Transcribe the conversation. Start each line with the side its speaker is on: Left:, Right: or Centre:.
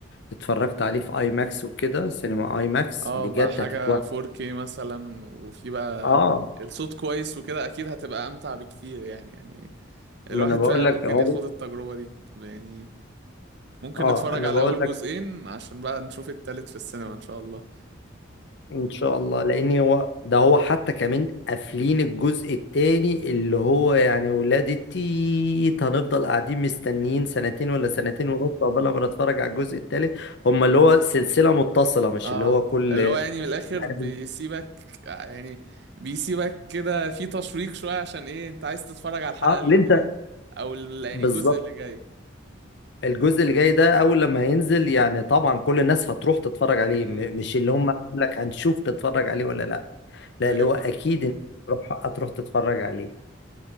Left: اتفرجت عليه في اي ماكس وكده سينما اي ماكس
Right: اه
Left: بجد
Right: بقى حاجة
Left: هتتوهم
Right: 4K مثلا وفي بقى
Left: اه
Right: الصوت كويس وكده اكيد هتبقى امتع بكتير يعني يعني
Left: ما
Right: الواحد
Left: انا بقول
Right: فعلا
Left: لك
Right: ممكن
Left: اهو
Right: ياخد التجربة دي يعني ممكن
Left: اه
Right: نتفرج
Left: انا
Right: على
Left: بقول
Right: اول جزئين
Left: لك
Right: عشان بقى نشوف التالت في السينما ان شاء الله
Left: ان شاء الله لان هو ده هو حتى كمان قافلين الجزء التاني اللي هو يعني ولاد التيت هنفضل قاعدين مستنيين سنتين ولا سنتين ونص قبل ما نتفرج على الجزء التالت هما اللي هو سلسلة متصلة مش
Right: اه
Left: اللي هو كل
Right: اللي هو يعني من الاخر
Left: يعني
Right: بيسيبك يعني بيسيبك كده في تشويق شويه عشان ايه انت عايز تتفرج على الحلقه
Left: آه،
Right: اللي
Left: اللي انت
Right: جايه او ال- يعني
Left: بالظبط
Right: الجزء اللي جاي
Left: الجزء اللي جاي ده اول لما ينزل يعني طبعا كل الناس هتروح تتفرج عليه
Right: امم
Left: م- مش اللي هم يقول لك هنشوف نتفرج عليه ولا لا لا
Right: ايوه
Left: اللي هو اكيد
Right: فاهم
Left: انت هتروح هتروح تتفرج عليه